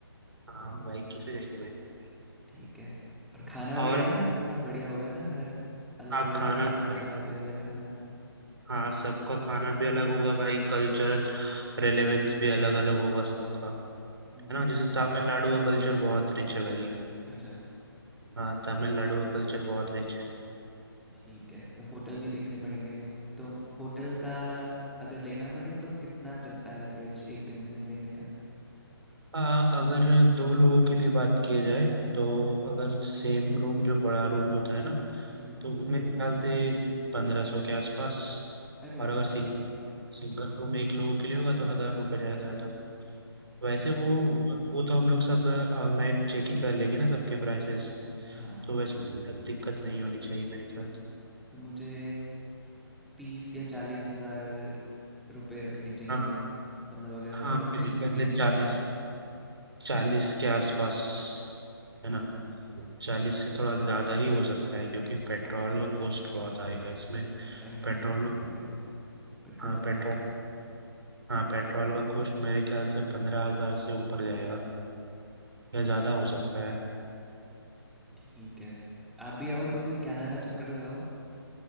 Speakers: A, on the right; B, in the centre.
A: हाँ बाइक कैसे जाएगी भाई वहाँ पे?
B: ठीक है और खाना
A: और
B: भी है ना कितना बढ़िया होगा ना हर अलग
A: हाँ
B: अलग
A: खाना भाई
B: जगह पे अलग खाना
A: हाँ सबका खाना भी अलग होगा भाई कल्चरल रेलेवेंस भी अलग अलग होगा सबका है
B: हम्म
A: ना जैसे तमिलनाडु का कल्चर बहुत रिच है भाई
B: अच्छा
A: हाँ तमिलनाडु का कल्चर बहुत रिच है
B: ठीक है तो होटल भी देखने पड़ेंगे तो होटल का अगर लेना पड़े तो कितना चलता है एवरेज एक दिन में लेने का
A: हाँ अगर दो लोगों के लिए बात किया जाए तो अगर सेम रूम जो बड़ा रूम होता है ना
B: हम्म
A: तो मेरे ख्याल से पंद्रह सौ के आसपास
B: अरे
A: और
B: वाह
A: अगर सिंग
B: ठीक है
A: सिंगल रूम एक लोगों के लिए होगा तो हज़ार रुपये ज़्यादा से ज़्यादा वैसे
B: अच्छा
A: वो वो तो हम लोग सब ऑनलाइन चेक ही कर लेंगे ना सबके प्राइसेस
B: हाँ
A: तो वैसे दिक्कत नहीं होनी चाहिए मेरे ख्याल से
B: तो मुझे तीस या चालीस हजार रुपए रखने चाहिए
A: हाँ
B: मतलब अगर हम
A: हाँ
B: पच्चीस
A: मेरे ख्याल
B: तीस
A: से चालीस
B: दिन के लिए
A: चालीस के आसपास
B: हम्म
A: है ना चालीस से थोड़ा ज़्यादा ही हो सकता है क्योंकि पेट्रोल का कॉस्ट बहुत आएगा इसमें
B: अरे हाँ
A: पेट्रोल
B: पेट्रोल भी है पेट्रोल
A: हाँ
B: और
A: पेट्रोल
B: खाना
A: हाँ पेट्रोल का कॉस्ट मेरे ख्याल से पंद्रह हज़ार से ऊपर जाएगा या ज़्यादा हो सकता है
B: ठीक है आप भी आओ कभी कनाडा चक्कर लगाओ